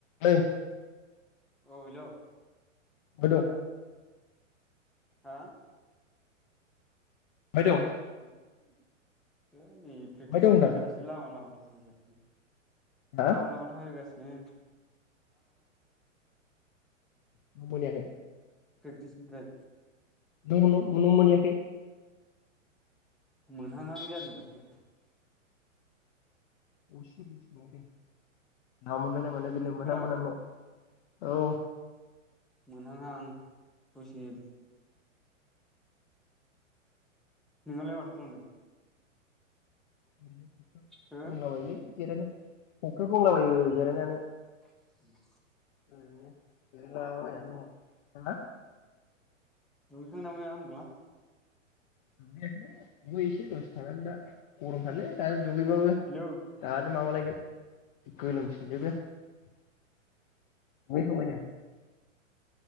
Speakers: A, on the left; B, in the centre.
A: हैै
B: औ हेलौ
A: होद
B: हा
A: अफाय दं
B: <inaudible> ओम प्रेकटिसनिफ्राय
A: बहाय दं होनदां
B: दासो लामा लामा <inaudible>
A: हा
B: लामा लामा थाबायगासि ओम
A: न' मोनहैयाखै
B: प्रेक्टिसनिफ्राय
A: न' मोनयाखै?
B: मोनहां हां जादों दासो
A: अबेसिमसो मोनखो मोनबायना मानो बिदिनो मोनां
B: खोनाबाय
A: मोनां न' औ
B: मोनहांहां ससे नोंहालाय माथो खालामदों?
A: बिदिनो
B: हो
A: दंलाबायोलै जिरायना। फख्रियाव दंलाबायो जिरायनानै।
B: उम
A: ओरैनो जिरायला बायनानै दङ'। <unintelligible>
B: दुगैखांबायनामा होनदोंलां?
A: दुगैयाखै दुगैहैसै दसे थानानै दा गरमथारलै दा दुगैबाबो
B: हेलौ
A: दानो माबा लाायगोन गोलोम फिनजोबो <unintelligible>